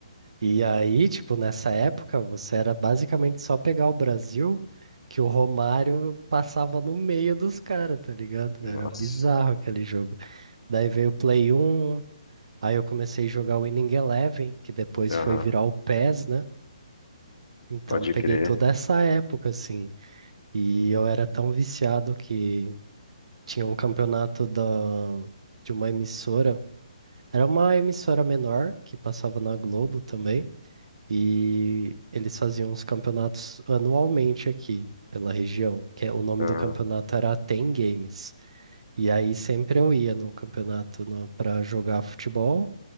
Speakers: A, on the right; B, on the left.
A: e aí, tipo, nessa época, você era basicamente só pegar o Brasil, que o Romário passava no meio dos caras, tá ligado?
B: Nossa,
A: Era bizarro aquele jogo. Daí veio o Play 1, Aí eu comecei a jogar o Winning Eleven, que depois
B: aham,
A: foi virar o PES, né? Então
B: pode
A: peguei
B: crer,
A: toda essa época, assim. E eu era tão viciado que tinha um campeonato da, de uma emissora. Era uma emissora menor que passava na Globo também. E eles faziam os campeonatos anualmente aqui pela região, que é- o nome
B: aham.
A: do campeonato era Ten Games. E aí sempre eu ia no campeonato para jogar futebol